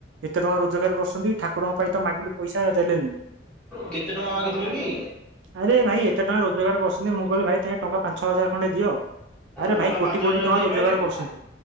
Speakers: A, on the right; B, in the centre.
A: ଏତେ ଟଙ୍କା ରୋଜଗାର କରୁଛନ୍ତି। ଠାକୁରଙ୍କ ପାଇଁ ତ ମାଗିଲୁ ପଇସା ଦେଲେନି
B: କେତେ ଟଙ୍କା ମାଗିଥିଲୁ କି
A: ଆରେ ଭାଇ ଏତେ ଟଙ୍କା ରୋଜଗାର କରୁଛନ୍ତି ମୁଁ କହିଲି ଭାଇ ତ ଟଙ୍କା ପାଞ୍ଚ ଛ ହଜାର ଖଣ୍ଡେ ଦିଅ ଆରେ
B: ଟଙ୍କା
A: ଭାଇ କୋଟି
B: ପାଞ୍ଚ
A: କୋଟି
B: ହଜାର
A: ଟଙ୍କା
B: ଦେଇପାଇଲିନି।
A: ରୋଜଗାର କରୁଛନ୍ତି